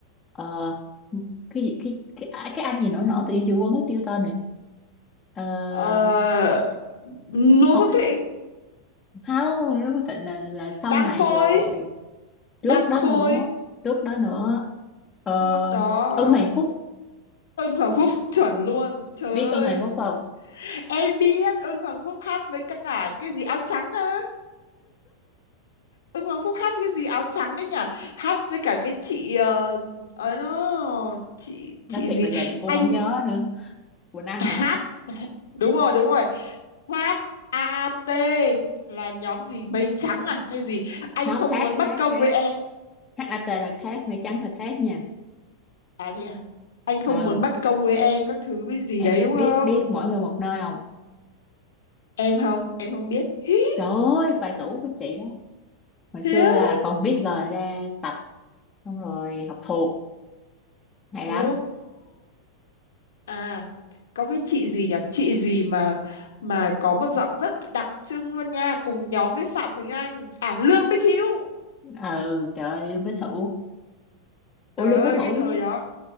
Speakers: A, on the left (about 15°); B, on the left (about 60°).
A: ờ, cái gì cái cái, à, cái anh gì nổi nổi tự nhiên chị quên mất tiêu tên này Ờ,
B: Ờ, Ngô
A: không
B: Phước Thịnh
A: không nó quyết định là là sau
B: Đăng
A: này
B: Khôi
A: rồi trước
B: Đăng
A: đó
B: Khôi
A: nữa trước đó nữa Ờ,
B: trước đó
A: Ưng Hoàng Phúc
B: Ưng Hoàng Phúc chuẩn luôn trời
A: biết
B: ơi
A: Ưng Hoàng Phúc không
B: em biết Ưng Hoàng Phúc hát với cả cái gì áo trắng á Ưng Hoàng Phúc hát cái gì áo trắng ấy nhỉ hát với cả cái chị ờ, ấy đó chị
A: nói
B: chị
A: thiệt
B: gì
A: là giờ chị cũng
B: anh
A: không nhớ nữa Quỳnh Anh
B: hát
A: hả
B: đúng rồi đúng rồi hát A AT là nhóm gì mây trắng à hay gì anh
A: không
B: không
A: Thác
B: muốn
A: Thác
B: bất công
A: Thác
B: với em
A: HAT là Thác mây trắng là Thác nha
B: à thế à? anh không
A: ừ
B: muốn bất công với em các thứ với gì
A: em
B: đấy đúng
A: biết
B: không
A: biết mỗi người một nơi không
B: em không em không biết Hí,
A: trời ơi vài tủ của chị đó hồi
B: thế
A: xưa
B: á
A: là còn biết lời ra tập xong rồi học thuộc hay
B: ồ
A: lắm
B: à có cái chị gì nhỉ chị gì mà mà có một giọng rất đặc trưng luôn nha cùng nhóm với Phạm Quỳnh Anh à Lương Bích Hữu
A: ừ trời ơi Lương Bích Thủ ủa
B: trời
A: Lương
B: ơi
A: Bích Thủ
B: cái thời đó